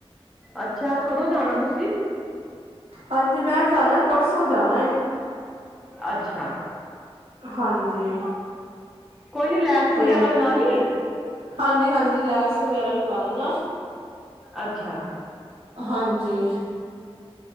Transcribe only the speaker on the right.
ਹਾਂਜੀ ਮੈਂ ਜਾਣਾ ਹੈ ਪਰਸੋਂ ਜਾਣਾ ਏ।
ਹਾਂਜੀ
ਤੇ
ਹਾਂਜੀ, ਹਾਂਜੀ ਜੀ ਲੈਸ ਵਗੈਰਾ ਲਗਾ ਦੇਣਾ।
ਹਾਂਜੀ